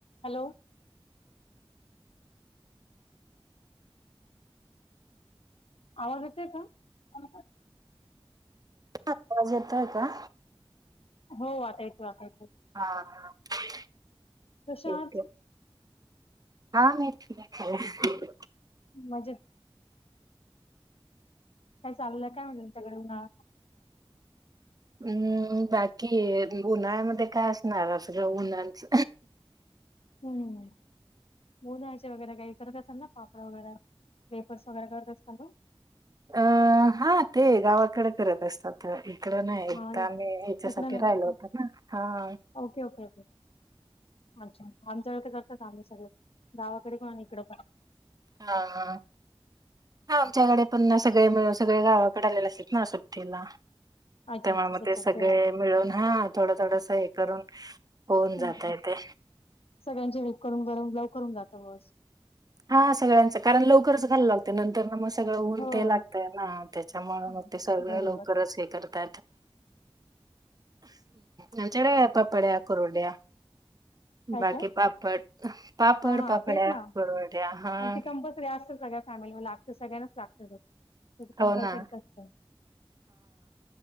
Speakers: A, on the left; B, on the right.
A: हॅलो आवांज येतंय कां
B: हां आवांज येतंय कां
A: हो वाटायचं वाकायचं
B: हां हां ठीक
A: कशा
B: आहे
A: आहात?
B: हां मी ठी खले
A: मजे कायं चाललंय कायं म्हं तुमच्यांकडे उन्हांळा
B: हम्मं बाकी उन्हाळ्यांमध्ये कायं असणारं सगळं उन्हांच
A: हम्मं उन्हां चे वगैरें कांहीं करतं असांल नां पापड वगैरें वेपर्स वगैरे करतं असतांत नां
B: अं हां ते गावांकडे करतं असतांत तरं इकडं नाहीं एकदाचं
A: हा
B: आम्हीं यांच्यासाठी
A: इकडं नाही
B: राहिलो
A: करत
B: होतं
A: का
B: नां हां
A: ओके ओके ओके अच्छा आमच्यांकडे करतांत आम्हीं सगळे गावांकडे पणं आणि इकडं पणं
B: हां हां हां आमच्यांकडे पणं सगळें सगळें गावांकडे आलेले असतांत नां सुट्टीला
A: अच्छा
B: तेंव्हा
A: अच्छा
B: मंग
A: त्याच्यात
B: ते सगळें
A: तेव्हा
B: मिळूंन हां थोडं थोडंसं हे करूंन होऊन
A: हम्म.
B: जातंय ते
A: सगळ्यांची वेटं करूंन करून लवकरं होऊन जातं बां असं
B: हां सगळ्यांचं कारणं लवकरचं घायला लागते नंतर नां मस्तं सगळं उंट
A: हो
B: लागतंय नां त्यांच्यामुळे
A: हम्म,
B: मंग ते सगळं
A: बरोबर
B: लवकरचं हे करतं आमच्यांकडे पापड्या कुरड्या
A: काय
B: बाकी
A: काय
B: पापड पापड
A: हा हा
B: पापड्या
A: तेच ना
B: कुंड्या हां
A: आणि ते कंपल्सरी असतं सगळ्यां फॅमिली लागतं सगळ्यांचं लागतं ते ते तरं
B: हो
A: कंपल्सरीच
B: ना.
A: असतं